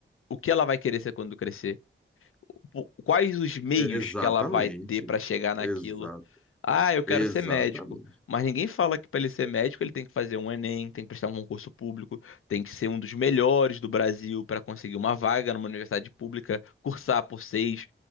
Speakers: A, on the left; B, in the centre.
A: o que ela vai querer ser quando crescer, o- quais os meios
B: Exatamente.
A: que ela vai ter para chegar naquilo.
B: Exato.
A: Ah, eu quero
B: Exatamente.
A: ser médico. Mas ninguém fala que para ele ser médico ele tem que fazer um Enem, tem que prestar um concurso público, tem que ser um dos melhores do Brasil para conseguir uma vaga numa universidade pública, cursar por seis